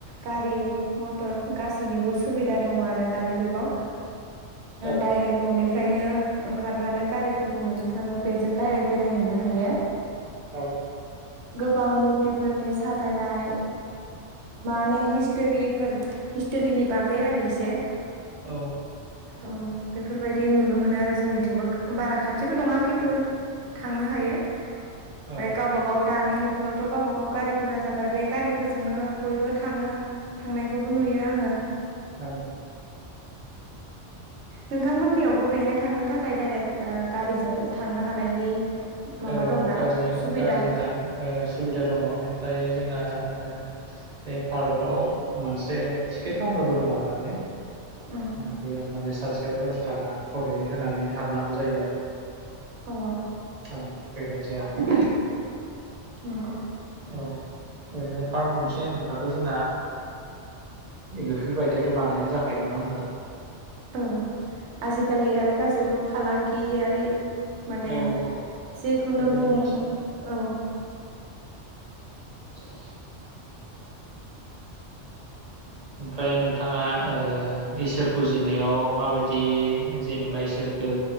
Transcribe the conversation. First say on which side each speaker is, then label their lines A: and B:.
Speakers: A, on the right; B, on the right.
A: गारि मटर गासैनिबो सुबिदा दङ आरो दानि जुगाव
B: औ
A: डाइरेक्ट न'नि फ्रायनो ओंखारबानो गारिफोरखौ मोननो थाङो बेजों दडाइरेक्ट बेरायहैनो हायो
B: औ
A: गोबां मुरतिफोरनि साजायनाय माने हिस्ट'रिफोर हिस्ट'रिनि बागै आरो एसे
B: औ
A: अ बेफोरबायदि नुनो मोनो आरो जोंनिथिंबो बारा खाथिबो नङा खिन्थु थांनो हायो ओमफ्राय
B: औ
A: गावबा गाव दानि नखरावथ' गावबा गाव गारि बुरजा जाबाय बे गारिफोरजोंनो बयबो थाङो थांनायखौबो नुयो आङो
B: औ
A: नोंथांमोननियावबो बेहाय थांनो थाखाय दडाइरेक्ट ओ गारिजों थांनो हानायनि माबा
B: औ
A: दं दा
B: गारिजों
A: सुबिदा
B: गारिजों थां ओ सुबिदा दङ ओमफ्राय जोंहा ओ बे पार्काव मोनसे टिकेट काउन्टारबो दं आरो माने बेयाव
A: उम
B: माने सासे सासेयाव दस थाखा खुरै होनानै हाबनांगौ जायो आरो
A: अ
B: औ बेबायदि आरो
A: नंगौ
B: अ एरैनो पार्क गंसे होनोब्लाथ' जोंहा बेफोरबायदियाथ' लानायानो जाखायो नङा होनबा
A: औ आजिखालि आरो गासैबो फालांगि आरो बे माने
B: औ औ
A: जेखौनो
B: बेफोर
A: बुं
B: मोनसे
A: औ
B: <inaudible> ओमफ्राय नोंथाङा ओ इसोर फुजिनायाव माबायदि जेनेबा इसोरखो